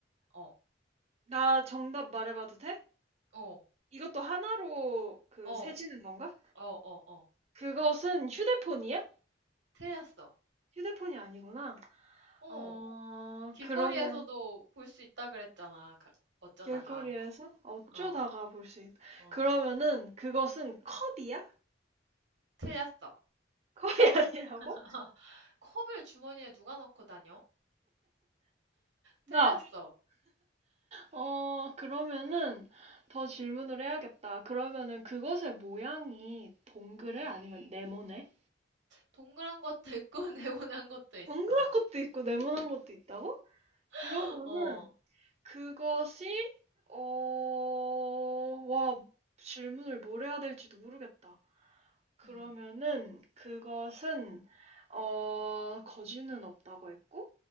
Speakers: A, on the right; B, on the right.
A: 어,
B: 나 정답 말해봐도 돼?
A: 어,
B: 이것도 하나로 그
A: 어,
B: 세지는
A: 어,
B: 건가?
A: 어, 어.
B: 그것은 휴대폰이야?
A: 틀렸어.
B: 휴대폰이 아니구나.
A: 어,
B: 어
A: 길거리에서도
B: 그러면
A: 볼 수 있다 그랬잖아. 가- 어쩌다가.
B: 길거리에서 어쩌다가
A: 어,
B: 볼 수 있.
A: 어.
B: 그러면은 그것은 컵이야?
A: 틀렸어.
B: 컵이 <laughs> 아니라고?
A: <laughs> 컵을 주머니에 누가 넣고 다녀? 틀렸어.
B: 나 어, 그러면은 더 질문을 해야겠다. 그러면은 그것의 모양이 동그래?
A: 음,
B: 아니면 네모네?
A: 동그란 것도 있고 <laughs> 네모난 것도 있어.
B: 동그란 것도 있고 네모난 것도 있다고? 그러면은
A: <laughs> 어,
B: 그것이 어, 와, 질문을 뭘 해야 될지도 모르겠다. 그러면은
A: 음.
B: 그것은 어, 거지는 없다고 했고